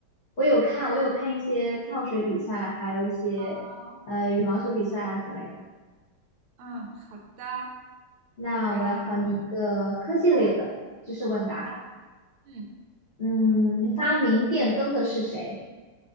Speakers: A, on the left; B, on the right.
A: 我有看，我有看一些跳水比赛，还有一些呃羽毛球比赛啊之类的。
B: 哦，嗯，好的，
A: 那我来考你一个科技类的知识问答。
B: 啊，好的，好的，嗯，
A: 嗯，发明电灯的是谁？